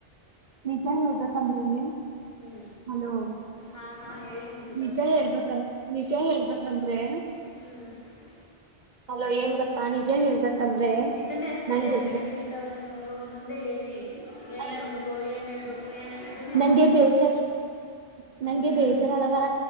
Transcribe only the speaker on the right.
ನಿಜನೆ ಹೇಳ್ಬೇಕಂದ್ರೆ ನಿಮ್ಗ್
ಹಲೋ
ನಿಜ
ಹೇಳ್ಬೇಕಲ್. ನಿಜ ಹೇಳ್ಬೇಕಂದ್ರೆ
ಹಲೋ ಏನ್ ಗೊತ್ತಾ ನಿಜ ಹೇಳ್ಬೇಕಂದ್ರೆ
<inaudible>
ನಂಗೆ..
ಅಯ್ಯೋ
ನಂಗೆ ಬೇಜಾರ <inaudible> ನಂಗೆ
ಬೇಜಾರ ಆದಗಾ..